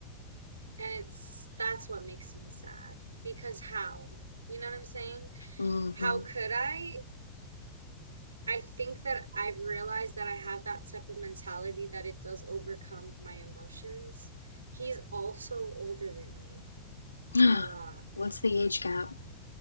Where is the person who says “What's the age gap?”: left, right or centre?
Left